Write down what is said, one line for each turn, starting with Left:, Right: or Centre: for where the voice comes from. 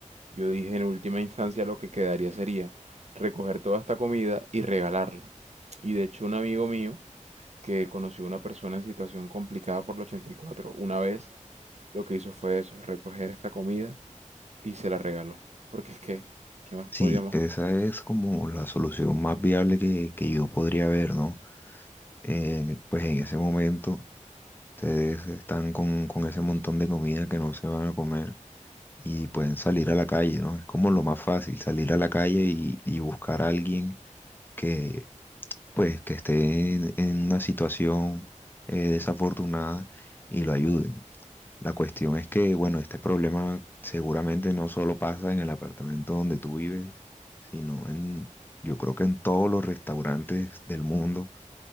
Right: Yo dije en última instancia lo que quedaría sería recoger toda esta comida y regalarla. Y de hecho un amigo mío que conoció a una persona en situación complicada por el 84 una vez lo que hizo fue eso, recoger esta comida y se la regaló. Porque es que, ¿qué más
Left: Sí,
Right: podíamos
Left: esa es como la solución más viable que, que yo podría ver, ¿no? Eh, pues en ese momento ustedes están con, con ese montón de comida que no se van a comer y pueden salir a la calle, ¿no? Es como lo más fácil, salir a la calle y, y buscar a alguien que, pues, que esté en, en una situación eh, desafortunada y lo ayuden. La cuestión es que, bueno, este problema seguramente no solo pasa en el apartamento donde tú vives, sino en, yo creo que en todos los restaurantes del mundo.